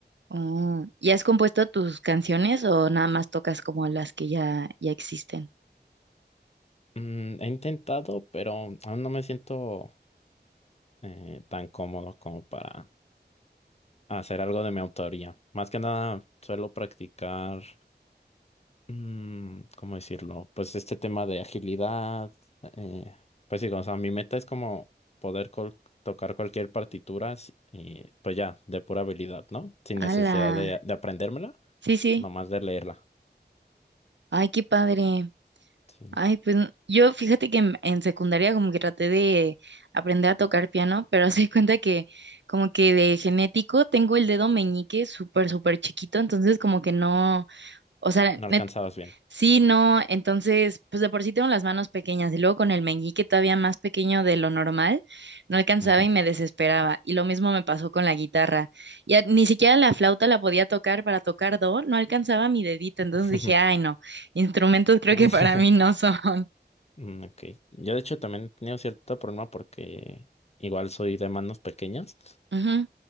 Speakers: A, on the right; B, on the left.
A: Oh, ¿y has compuesto tus canciones o nada más tocas como las que ya, ya existen?
B: Mm, he intentado, pero aún no me siento eh, tan cómodo como para hacer algo de mi autoría. Más que nada, suelo practicar, mm, ¿cómo decirlo? Pues este tema de agilidad. eh, pues sí, o sea, mi meta es como poder col- tocar cualquier partitura, s- y, pues ya, de pura habilidad, ¿no? Sin
A: ¡Hala!
B: necesidad de, de aprendérmela,
A: Sí, sí.
B: nomás de leerla.
A: Ay, qué padre.
B: Sí.
A: Ay, pues n- yo fíjate que en, en secundaria como que traté de aprender a tocar piano, pero <laughs> se cuenta que como que de genético tengo el dedo meñique súper, súper chiquito, entonces como que no, o sea,
B: No alcanzabas
A: net-
B: bien.
A: Sí, no, entonces, pues de por sí tengo las manos pequeñas y luego con el meñique todavía más pequeño de lo normal, no alcanzaba
B: Ujú.
A: y me desesperaba. Y lo mismo me pasó con la guitarra. Ya ni siquiera la flauta la podía tocar para tocar do, no alcanzaba mi dedito. Entonces
B: <laughs>
A: dije, ay, no, instrumentos creo
B: <laughs>
A: que para mí no son.
B: Mm, Ok. Yo de hecho también he tenido cierto problema porque igual soy de manos pequeñas,
A: <laughs> Ujú,